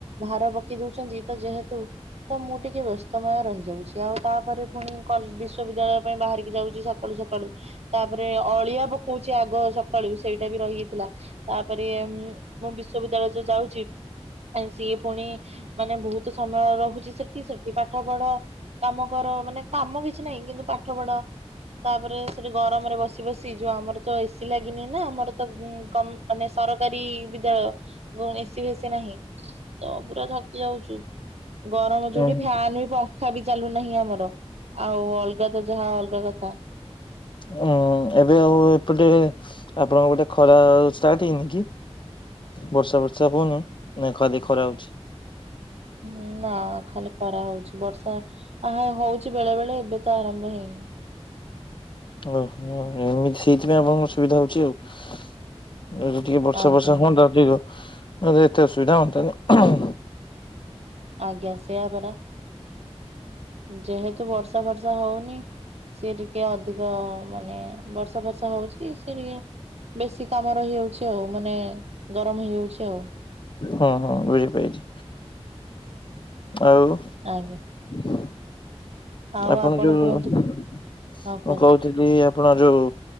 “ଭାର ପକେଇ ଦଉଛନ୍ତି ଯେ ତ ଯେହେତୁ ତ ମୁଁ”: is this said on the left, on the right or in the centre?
Right